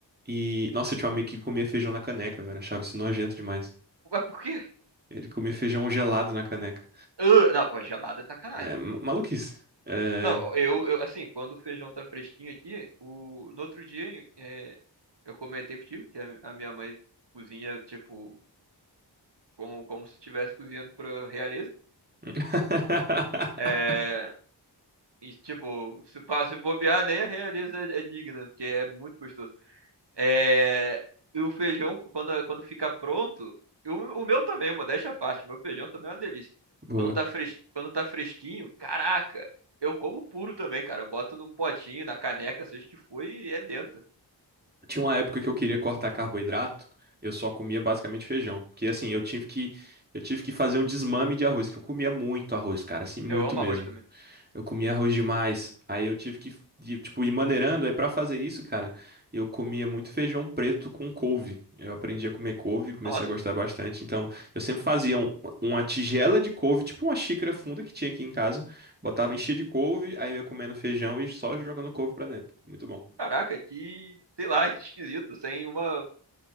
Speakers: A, on the right; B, on the right.
A: e nossa, eu tinha um amigo que comia feijão na caneca, velho. Achava isso nojento demais.
B: Mas por quê?
A: Ele comia feijão gelado na caneca.
B: Ah, não, pô, gelado é sacanagem.
A: É, ma- maluquice. É...
B: Não, eu, eu, assim, quando o feijão tá fresquinho aqui, o, no outro dia é, eu comentei contigo que a, a minha mãe cozinha, tipo, como, como se estivesse cozinhando pra realeza.
A: <laughs>
B: É, e, tipo, se, pa- se bobear, nem a realeza é, é digna, porque é muito gostoso. É, e o feijão, quando, quando fica pronto, e o, o meu também, modéstia à parte, meu feijão também é uma delícia.
A: Boa.
B: Quando tá, fres, quando tá fresquinho, caraca, eu como puro também, cara. Eu boto no potinho, na caneca, seja o que for, e é dentro.
A: Tinha uma época que eu queria cortar carboidrato, eu só comia basicamente feijão. Porque assim, eu tive que, eu tive que fazer um desmame de arroz, que eu comia muito arroz, cara, assim, muito
B: Eu amo
A: mesmo.
B: arroz também.
A: Eu comia arroz demais. Aí eu tive que, de- tipo, ir maneirando. Aí pra fazer isso, cara, eu comia muito feijão preto com couve. Eu aprendi a comer couve, comecei
B: Nossa,
A: a gostar bastante. Então, eu sempre fazia um- uma tigela de couve, tipo uma xícara funda que tinha aqui em casa. Botava, enchia de couve, aí eu ia comendo feijão e só jogando couve pra dentro. Muito bom.
B: caraca, que, sei lá, <laughs> que esquisito, sem uma,